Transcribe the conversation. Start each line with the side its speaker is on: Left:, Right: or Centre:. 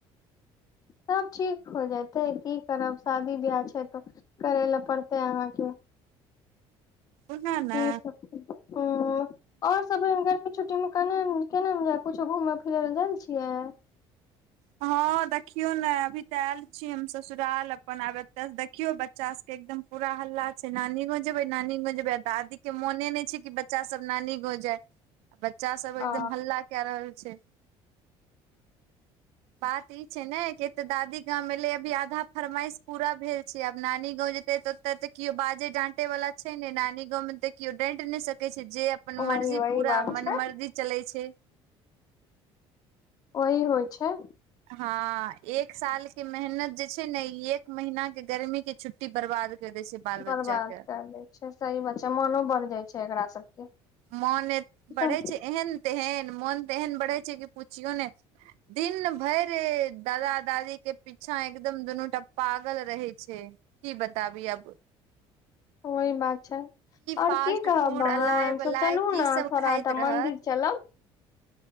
Left: <inaudible> सभ ठीक हो जतै की करब शादी बियाह छै तऽ करै लए पड़तै अहाँके <inaudible>
Right: बुझल ने
Left: हं आओर सबमे गर्मी छु ट्टिमे केना केना जा कुछो घुम फिर ल जाइ छियै
Right: हँ देखियौ ने अभी तऽ आयल छी हम ससुराल अपन आब एतऽसँ देखियौ बच्चा सबके एकदम पूरा हल्ला छै नानी गाम जेबै नानी गों जेबे आ दादी के मोने नहि छै कि बच्चा सब नानी गाँव जाय बच्चा सब एकदम
Left: आ
Right: हल्ला कए रहल छै बात ई छै ने कि एतऽ दादी गाँंम एलै अभी आधा फरमाइश पूरा भेल छै आब नानी गाँव जेतै ओते तऽ केओ बाजे डाटे वाला छै ने नानी गाममे तऽ केओ डैट नहि सकै छै जे अपन
Left: वही
Right: मर्जी
Left: वही
Right: पूरा
Left: बात
Right: मन
Left: छै
Right: मर्जी चलै छै
Left: ओहि होइ छै
Right: हां एक साल के मेहनत जे छै ने इ एक महिना के गर्मी के छुट्टी बर्बाद कर दै छै बाल
Left: बर्बाद
Right: बच्चा के
Left: कर दै छै सही बात छै मनो बढ़ जाइ छै एकरा सबके
Right: मन बढ़ै
Left: तऽ
Right: छै एहन तेहन मोन तेहन बढ़ै छै कि पुछियो नै दिन भरि दादा दादी के पीछा एकदम दुनूटा पागल रहै छै की बताबी अब
Left: ओ ई बात छै आओर
Right: फास्ट
Left: की कहब
Right: फूड
Left: अहां
Right: अलाय
Left: हँ
Right: बलाय
Left: सोचलू
Right: की
Left: न
Right: सब
Left: थोड़ा
Right: खाइत
Left: टा
Right: रहत
Left: मन्दिर चलब